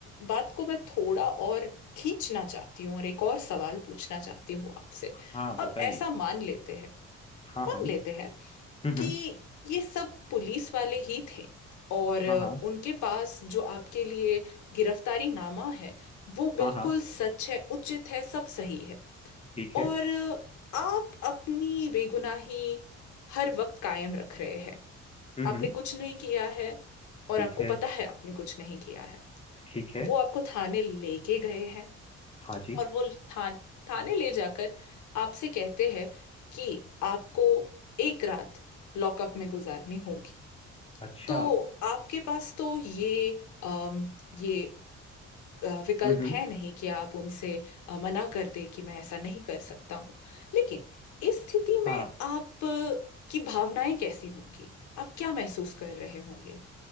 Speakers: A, on the left (about 75°); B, on the left (about 20°).
A: बात को मैं थोड़ा और खींचना चाहती हूँ और एक और सवाल पूछना चाहती हूँ आपसे
B: हाँ बताइए
A: अब ऐसा मान लेते हैं
B: हाँ
A: मान
B: हाँ
A: लेते हैं
B: हम्म
A: कि
B: हम्म,
A: ये सब पुलिस वाले ही थे और अ,
B: हाँ हाँ
A: उनके पास जो आपके लिए गिरफ्तारी नामा है वो बिल्कुल
B: हाँ हाँ
A: सच है उचित है सब सही है
B: ठीक
A: और
B: है
A: अ, आप अपनी बेगुनाही हर वक्त कायम रख रहे हैं
B: हम्म
A: आपने
B: हम्म,
A: कुछ नहीं किया है
B: ठीक
A: और आपको
B: है
A: पता है आपने कुछ नहीं किया है
B: ठीक है
A: वो आपको थाने लेके गए हैं
B: हाँ जी
A: और वो थान थाने ले जाकर आपसे कहते हैं कि आपको एक रात लॉकअप में गुजारनी होगी
B: अच्छा
A: तो आपके पास तो ये अम, ये अ, विकल्प
B: हम्म हम्म,
A: है नहीं कि आप उनसे अ, मना कर दे कि मैं ऐसा नहीं कर सकता हूँ लेकिन इस स्थिति
B: हाँ
A: में आप अ, की भावनाएं कैसी होंगी आप क्या महसूस कर रहे होंगे